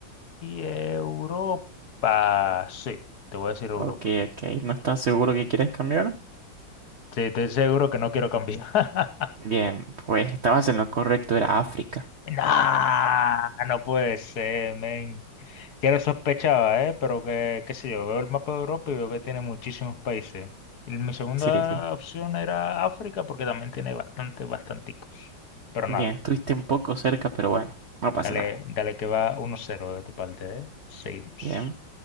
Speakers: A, on the left; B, on the right.
A: eh, Europa, sí, te voy a decir Europa.
B: Ok, ok. ¿No estás seguro que quieres cambiar?
A: Sí, estoy seguro que no quiero cambiar. <laughs>
B: Bien, pues estabas en lo correcto, era África.
A: Nah, no puede ser, men. Que lo sospechaba, ¿eh? Pero que, qué sé yo, veo el mapa de Europa y veo que tiene muchísimos países. Y mi segunda
B: Sí, sí.
A: opción era África porque también tiene bastante, bastanticos. Pero
B: Bien,
A: nada,
B: estuviste un poco cerca, pero bueno, no pasa
A: dale,
B: nada.
A: dale que va uno cero de tu parte, ¿eh? Seguimos.
B: Bien.